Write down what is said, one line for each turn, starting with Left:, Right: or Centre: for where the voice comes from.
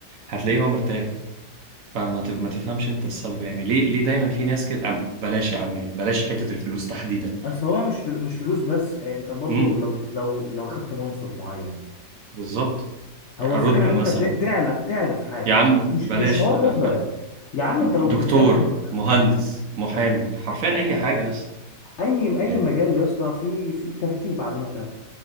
Right: هتلاقيه هو مرتاح فما تف... ما تفهمش انت السبب يعني ليه ليه دايما في ناس كده أم، بلاش يا عم بلاش حتة الفلوس تحديدا
Left: اصل هو مش فل... مش فلوس بس آه، انت برضو
Right: امم
Left: لو لو لو خدت منصب معين
Right: بالظبط
Left: هو
Right: رتبة
Left: الفكره ان
Right: مثلا
Left: انت ت- تعلى تعلى في حاجه
Right: يا عم
Left: مش
Right: بلاش
Left: مش حوار
Right: ب...
Left: رتبه
Right: ب...
Left: يا عم انت لو
Right: دكتور
Left: بتتكلم
Right: مهندس محامي حرفيا اي حاجة بس
Left: اي اي
Right: يعني
Left: مجال يا اسطى في في ترتيب عامه